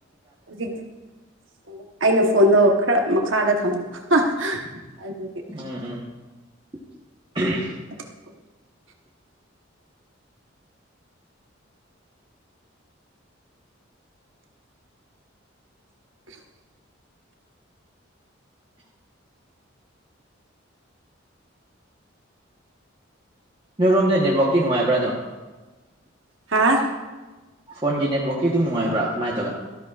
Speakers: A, on the right (about 70°); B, on the right (about 25°).
A: ꯍꯧꯖꯤꯛꯇꯤ ꯑꯣ ꯑꯩꯅ ꯐꯣꯟꯗꯣ ꯈꯔ ꯃꯈꯥꯗ ꯊꯝꯃ <inaudible> ꯑꯗꯨꯒꯤ
B: ꯎꯝ ꯎꯝ <unintelligible>
A: <inaudible> <inaudible>
B: ꯅꯣꯏꯔꯣꯝꯗ ꯅꯦꯠꯋꯥꯛꯇꯤ ꯅꯨꯡꯉꯥꯏꯕ꯭ꯔꯥ ꯑꯗꯨꯝ
A: ꯍꯥꯥ
B: ꯐꯣꯟꯒꯤ ꯅꯦꯠꯋꯥꯛꯀꯤ ꯑꯗꯨꯝ ꯅꯨꯡꯉꯥꯏꯕ꯭ꯔꯥ ꯀꯃꯥꯏꯅ ꯇꯧꯋꯦ